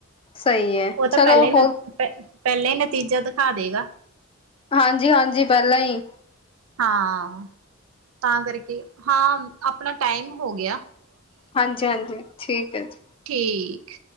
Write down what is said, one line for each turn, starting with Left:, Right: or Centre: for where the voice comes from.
Left: ਸਹੀ ਹੈ
Right: ਉਹ ਤਾਂ
Left: ਚਲੋ
Right: ਪਹਿਲਾਂ ਈ ਮੈਂ
Left: ਹੋ
Right: ਪੈ ਪੈਲੇ ਨਤੀਜਾ ਦਖਾ ਦੇਗਾ।
Left: ਹਾਂਜੀ ਹਾਂਜੀ। ਪੈਲਾਂ ਈ।
Right: ਹਾਂ। ਤਾਂ ਕਰਕੇ ਹਾਂ, ਆਪਣਾ ਟਾਈਮ ਹੋ ਗਆ।
Left: ਹਾਂਜੀ ਹਾਂਜੀ। ਠੀਕ ਐ ਜੀ।
Right: ਠੀਕ।